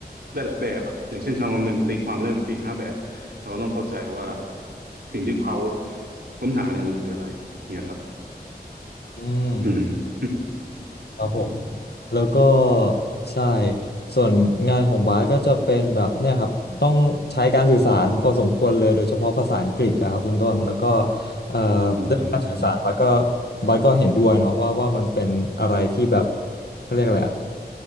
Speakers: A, on the right; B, on the left.
A: ได้หลายแบบอะอย่างเช่นคำคำหนึ่งตีความได้เป็นสี่ห้าแบบเราก็ต้องเข้าใจว่าสิ่งที่เขาค้นหาเนี่ยมันคืออะไรเนี่ยครับ
B: อืม
A: อืม
B: ครับผม
A: อืม
B: แล้วก็ใช่ส่วนงานของบาสก็จะเป็นแบบเนี่ยครับต้องใช้การสื่อสารพอสมควรเลยโดยเฉพาะภาษาอังกฤษนะครับคุณต้นแล้วก็เอ่อเรื่องการสื่อสารบาสก็
A: ๋อ
B: บาสก็เห็นด้วยเนาะว่าว่ามันเป็นอะไรที่แบบเขาเรียกอะไรอะ